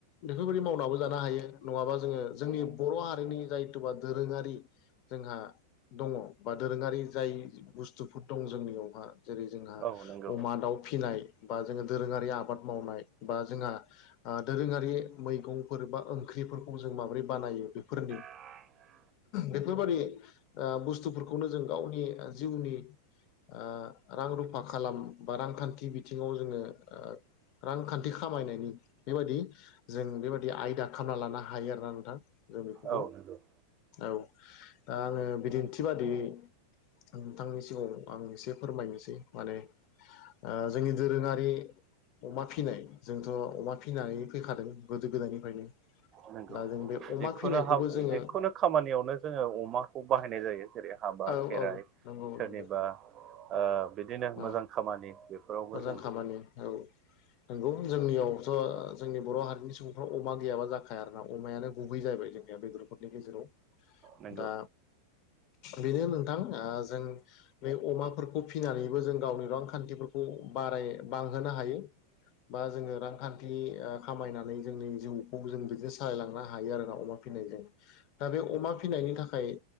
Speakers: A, on the left; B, on the right.
A: बेफोरबायदि मावनाबो जानो हायो नङाबा जोङो जोंनि बर' हारिनि जायथुबा दोरोङारि जोंहा दङ बा दोरोङारि जाय बुस्थुफोर दं जोंनियावहा जेरै जोंहा
B: औ नंगौ
A: अमा दाउ फिसिनाय बा जोङो दोरोङारि आबाद मावनाय बा जोंहा दोरोङारि मैगंफोर बा ओंख्रिफोरखौ जों माबोरै बानायो बेफोरनि
B: <inaudible>
A: बेफोरबादि बुस्थुफोरखौनो जों गावनि जिउनि ओ रां रुफा खालाम बा रांखान्थि बिथिङाव जोङो ओ रांखान्थि खामायनायनि बेबायदि जों बेबायदि आयदा खालामना लानो हायो आरोना नोंथां जों बेफोरखौ
B: औ नंगौ
A: औ दा आङो बिदिन्थि बादि नोंथांनि सिगाङाव आं एसे फोरमायनोसै माने ओ जोंनि दोरोङारि अमा फिसिनाय जोंथ' अमा फिनानै फैखादों गोदो गोदायनिफ्रायनो
B: नंगौ
A: दा जों बे अमा
B: जिखुनु
A: फिनायखौबो
B: हा
A: जोङो
B: जिखुनु खामानियावनो जोङो अमाखौ बाहायनाय जायो जेरै हाबा
A: औ
B: खेराइ
A: औ नंगौ
B: सोरनिबा
A: नंगौ
B: ओ बिदिनो
A: ओ
B: मोजां खामानि बेफोरावबो
A: मोजां
B: जों
A: खामानि औ नंगौ जोंनियावथ' जोंनि बर' हारिनि सुबुं फ्राव अमा गैयाबा जाखाया आरोना अमायानो गुबै जाबाय जों बे ग्रुफोरनि गेजेराव
B: नंगौ
A: दा बेनो नोंथां ओ जों बे अमाफोरखौ फिनानैबो जों गावनि रांखान्थिफोरखौ बाराय बांहोनो हायो बा जोङो रांखान्थि खामायनानै जोंनि जिउखौ जों बिदिनो सालायलांनो हायो आरोना अमा फिनाय जायो दा बे अमा फिनायनि थाखाय